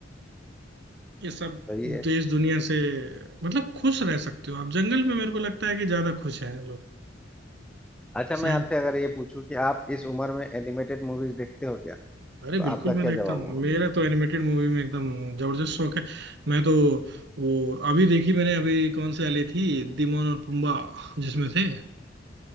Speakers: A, on the right; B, in the centre.
A: ये सब
B: सही है
A: देश दुनिया से मतलब खुश रह सकते हो आप जंगल में मेरे को लगता है कि ज्यादा खुश हैं
B: अच्छा मैं
A: लोग
B: आपसे अगर ये पूछूं कि आप इस उम्र में एनिमेटेड मूवीज देखते हो क्या तो
A: अरे बिल्कुल
B: आपका क्या
A: मैं देखता
B: जवाब
A: हूँ
B: होगा
A: मेरा तो एनिमेटेड मूवी में एकदम जबरदस्त शौक है मैं तो वो अभी देखी मैंने अभी कौन सी वाली थी दिमोन और पुम्बा जिसमें थे